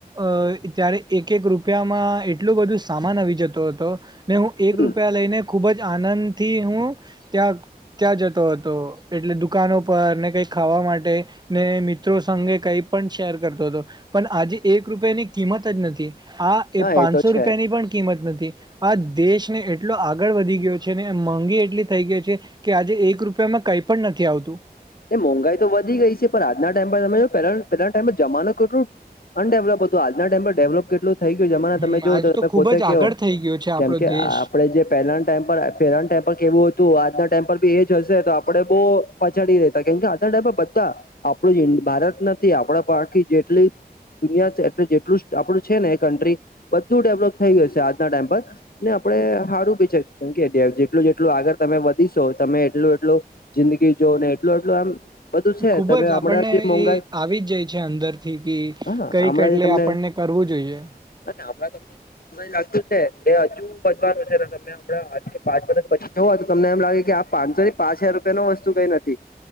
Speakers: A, on the right; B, on the left.
A: અ ત્યારે એક એક રૂપિયામાં એટલું બધું સામાન આવી જતો હતો ને હું એક
B: હમ
A: રૂપિયા લઈને ખુબ જ આનંદથી હું ત્યાં ત્યાં જતો હતો એટલે દુકાનો પર ને કઈ ખાવા માટે ને મિત્રો સંગે કઈ પણ શેર કરતો હતો. પણ આજે એક રૂપિયાની કિંમત જ નથી, આ એ
B: હા
A: પાંચસો
B: તો છે
A: રૂપિયાની પણ કિંમત નથી. આ દેશને એટલો આગળ વધી ગયો છે, ને મોંઘી એટલી થઈ ગઈ છે. કે આજે એક રૂપિયામાં કઈ પણ નથી આવતું.
B: એ મોંઘાઈ તો વધી ગઈ છે, પણ આજના ટાઈમ પર તમે જો પેહલા પહેલા ટાઈમમાં જમાનું કેટલુ અન ડેવલપ હતો આજના ટાઈમ પર ડેવલપ કેટલું થઈ ગયું છે જમા તમે
A: હમ
B: જો
A: આજ
B: તો તમે
A: ખુબ
B: પોતે
A: જ
B: કેહો
A: આગળ થઈ ગયો છે આપણો
B: કેમકે
A: દેશ
B: આપડણે જે પહેલાના ટાઈમ પર પહેલાના ટેમ પર કેવું હતું આજના ટાઇમ પલ બી એ જ હશે તો આપડે બહુ પછડી રેહ કેમકે આ ટાઈપ બધા આપણું ભારત નથી આપણા પાખી જેટલી દુનિયા એટલે જેટલું આપણું છે, ને એ કન્ટ્રી બધું ડેવલોપ થઈ ગય છે, આજના ટાઈમ પર ને આપડણે સારું બી છે, કેમ કે જેટલું જેટલું આગળ તમે વધીશો તમે એટલું એટલું જિંદગી જો ને એટલું એટલું આમ બધું છે
A: ખુબ
B: તમે
A: જ આપણને
B: હમણાં જે મોંઘાઈ
A: એ આવી જ જાય છે અંદરથી કે
B: હા
A: કઈક
B: હમણાં
A: એટલે
B: જે તમને
A: આપણને કરવું જોઈએ
B: અને હણાં તમને મ લાગતું છે એ હજુ બજવાનું છે તમને આપણા આજ થી પાંચ વર્ષ પછી જોઓ તો તમને એમ લાગે કે આ પાંચસોથી પાંચ હાર રૂપિયા નો વસ્તુ કંઈ નથી